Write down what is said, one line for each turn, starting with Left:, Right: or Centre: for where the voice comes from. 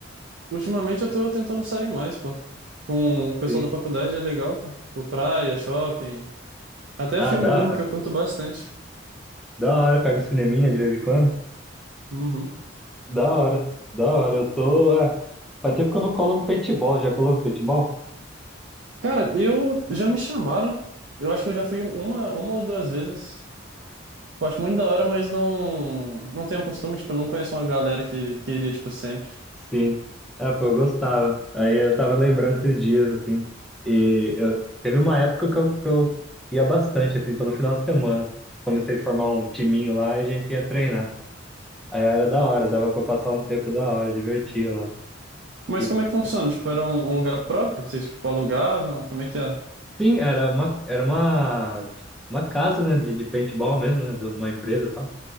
Right: ultimamente eu tô tentando sair mais, pô. Com o pessoal
Centre: Sim.
Right: da faculdade é legal, pô. Tipo, praia, shopping, até
Centre: Ah,
Right: filme
Centre: da,
Right: mesmo, que eu curto bastante.
Centre: da hora. Pega um cineminha de vez em quando.
Right: Uhum.
Centre: Da hora. Da hora. Eu tô. É, faz tempo que eu não colo no paintball. Já colou no paintball?
Right: Cara, eu já me chamaram. Eu acho que eu já fui uma, uma ou duas vezes. Eu acho muito da hora, mas não, não tenho costume, tipo, eu não conheço uma galera que, que iria, tipo, sempre.
Centre: Sim. Ah, pô, eu gostava. Aí eu tava lembrando esses dias, assim. E eu, teve uma época que eu, que eu ia bastante, assim, todo final de semana. Comecei a formar um timinho lá e a gente ia treinar. Aí era da hora, dava pra passar um tempo da hora, divertia lá.
Right: Mas
Centre: E,
Right: como é que funciona? Tipo, era um, um lugar próprio? Vocês, tipo, alugavam? Como é que era?
Centre: sim, era uma, era uma, uma casa, né, de, de paintball mesmo, né, de uma empresa e tal.